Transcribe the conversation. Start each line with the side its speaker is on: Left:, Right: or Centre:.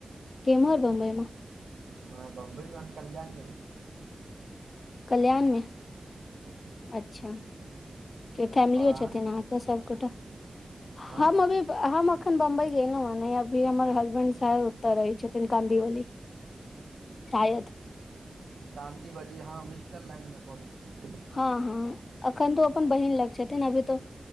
Left: केमहर बम्बई मे
Right: हम बम्बई कल्याण
Left: कल्याणमे
Right: ओ
Left: अच्छा फैमिलियो
Right: आओर अहाँ
Left: छथिन अहाँके सबगोटा
Right: हँ
Left: हम अभी हम अखन बम्बई गेलौ हँ ने अभी हमर हसबैंड शायद ओते रहै छथिन काँदीवली शायद
Right: काँदी बली हँ वेस्टन लाइनमे पड़ै छै
Left: हँ हँ अखन तो अपन बहिन लग छथिन अभी तऽ